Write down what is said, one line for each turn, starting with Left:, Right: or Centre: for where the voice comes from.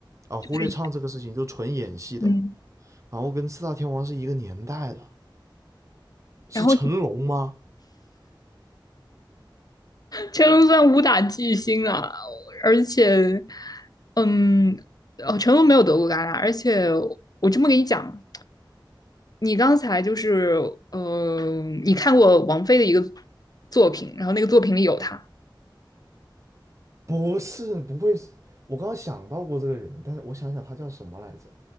Right: 啊，忽略唱这个事情，
Left: 就是
Right: 就纯演戏的。
Left: 嗯
Right: 然后跟四大天王是一个年代的，是成龙吗？
Left: 然后成龙算武打巨星了，而且，嗯，哦，成龙没有得过戛纳，而且我这么跟你讲，你刚才就是，嗯，你看过王菲的一个作品，然后那个作品里有他，
Right: 不是，不会是。我刚刚想到过这个人，但是我想想他叫什么来着？